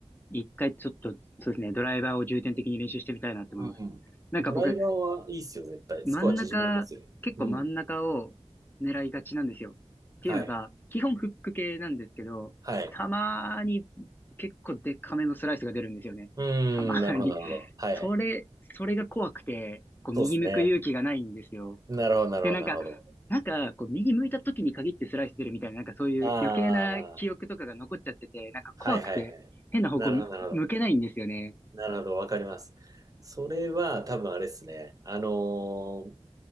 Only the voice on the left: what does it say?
一回ちょっと、そうですね、ドライバーを重点的に練習してみたいなって思います。
なんか僕、
真ん中、
結構真ん中を狙いがちなんですよ。
っていうのが、
基本フック系なんですけど、
たまーに結構デカめのスライスが出るんですよね。
たまーに。
それ、それが怖くて、こう右向く勇気がないんですよ。
で、なんか、
なんか、こう右向いた時に限ってスライス出るみたいな、なんかそういう余計な記憶とかが残っちゃってて、
なんか怖くて、
変な方向向けないんですよね。